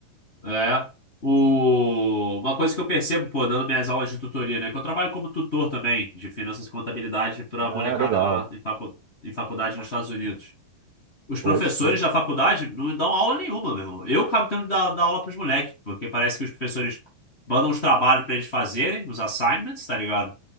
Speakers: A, on the left (about 35°); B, on the right (about 75°).
A: é. O... Uma coisa que eu percebo, pô, dando minhas aulas de tutoria, né, que eu trabalho como tutor também de finanças e contabilidade para
B: Ah,
A: molecada
B: legal.
A: lá em, facu... em faculdade nos Estados Unidos. Os
B: Pois
A: professores
B: sim.
A: da faculdade não dão aula nenhuma, meu irmão. Eu acabo tendo que dar, dar aula pros moleques, porque parece que os professores mandam os trabalhos para eles fazerem, os assignments, tá ligado?